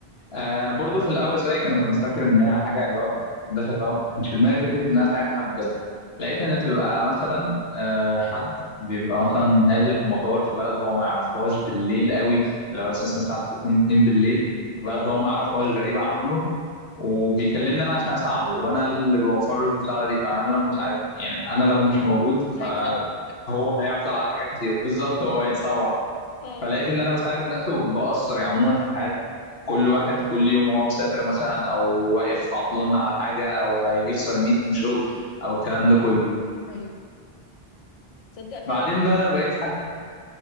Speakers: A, on the left (about 75°); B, on the left (about 40°).
A: آه برضو في الاول زيك انا كنت فاكر ان هي حاجه اللي هو كنت داخل اللي هو ما كانش في دماغي فكره ان انا اساعد حد بس لقيت ان بتبقى مثلا آه حد بيبقى مثلا نازل في مطار في بلد هو ما يعرفهاش بالليل قوي اللي هو مثلا ساعات تكون 2 بالليل في بلد
B: اه
A: هو ما يعرفهاش غريبه عنه وبيكلمني انا عشان اساعده وانا اللي بوفر له المساعده دي فانا لو مساعد يعني انا لو مش موجود فهو
B: هيتسوح
A: هيعطل على حاجات كتير بالظبط هو هيتسوح
B: اه
A: فلقيت ان انا بساعد الناس وبأثر يعني عموما في حياه كل واحد كل يوم وهو مسافر مثلا او واقف عطلان على حاجه او هيخسر ميتنج شغل او الكلام ده كله
B: ايوه تصدق فعلا
A: بعدين بقى بقيت حاجه